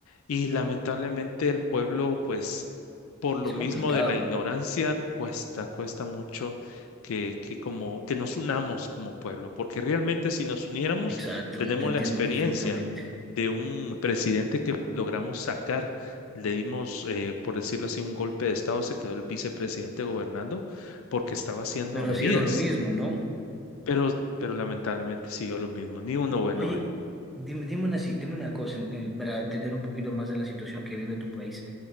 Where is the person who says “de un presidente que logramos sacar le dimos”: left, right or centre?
Left